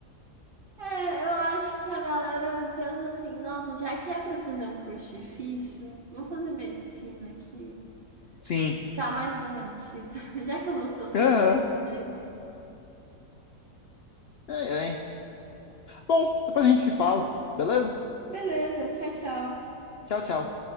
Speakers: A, on the right (about 65°); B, on the left (about 85°).
A: É, eu acho que a galera pensa assim, nossa, já que é pra fazer um curso difícil, vou fazer medicina aqui.
B: Sim.
A: Tá mais garantida. <laughs> Já que eu vou sofrer.
B: Aham.
A: de-
B: É, é. Bom, depois a gente se fala, beleza?
A: Beleza, tchau, tchau.
B: Tchau, tchau.